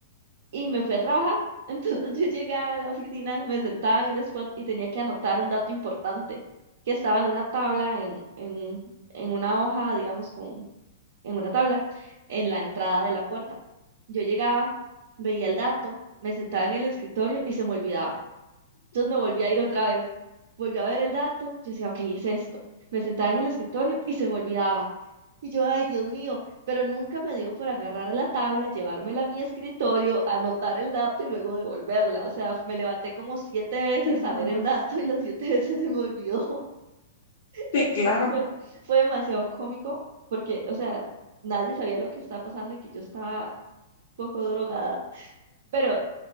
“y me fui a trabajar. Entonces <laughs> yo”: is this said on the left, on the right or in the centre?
Right